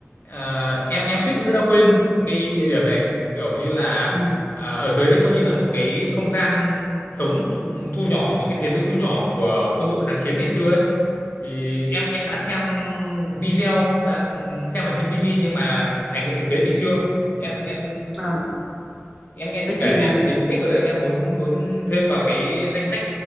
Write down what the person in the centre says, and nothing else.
Ừ.
Ờ,
vậy
thì